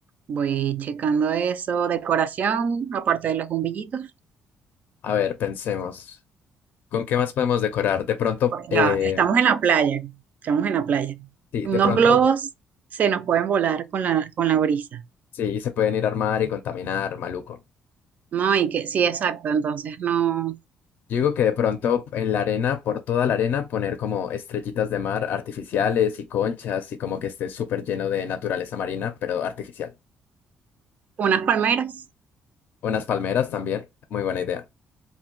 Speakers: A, on the right (about 50°); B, on the left (about 65°).
A: Voy checando eso, decoración, aparte de los bombillitos.
B: A ver, pensemos. ¿Con qué más podemos decorar? De pronto,
A: Pues
B: eh,
A: ya, estamos en la playa, estamos en la playa.
B: sí,
A: Unos
B: de pronto,
A: globos se nos pueden volar con la, con la brisa,
B: sí, se pueden ir a armar y contaminar, maluco.
A: ¿no? Y que, sí, exacto, entonces no,
B: Yo digo que de pronto en la arena, por toda la arena, poner como estrellitas de mar artificiales y conchas y como que esté súper lleno de naturaleza marina, pero artificial.
A: unas palmeras.
B: Unas palmeras también, muy buena idea.